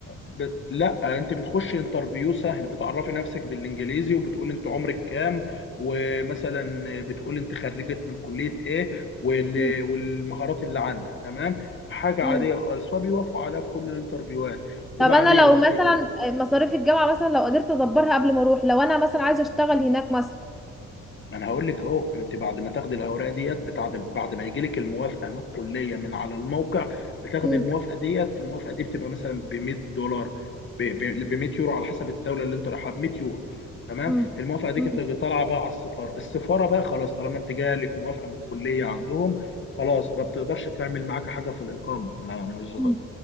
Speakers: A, on the left; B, in the centre.
A: ب... لا انت بتخش انترفيو سهل بتعرفي نفسك بالانجليزي وبتقول انت عمرك كام ومثلا بتقول انت خرجت من كلية ايه وال...
B: مم.
A: والمهارات اللي عندك تمام حاجة
B: مم.
A: عادية خالص فبيوافقوا عليها في كل الانترفيوهات وبعدين
B: طب انا لو
A: بتج...
B: مثلا مصاريف الجامعة مثلا لو قدرت ادبرها قبل ما اروح لو انا مثلا عايزة اشتغل هناك مثلا
A: ما انا هقول لك اهو انت بعد ما تاخدي الاوراق ديت بتاعد بعد ما يجي لك الموافقه من الكليه من على الموقع بتاخدي
B: مم.
A: الموافقه ديت الموافقه دي بتبقى مثلا ب 100 دولار ب 100 يورو على حسب الدوله اللي انت رايحها ب 100 يورو تمام
B: مم.
A: الموافقه دي
B: مم.
A: بتيجي طالعه بقى على السفاره السفاره بقى خلاص طالما انت جالك موافقه من الكليه عندهم خلاص ما بتقدرش تعمل معاك حاجه في الاقامه ما مش
B: مم.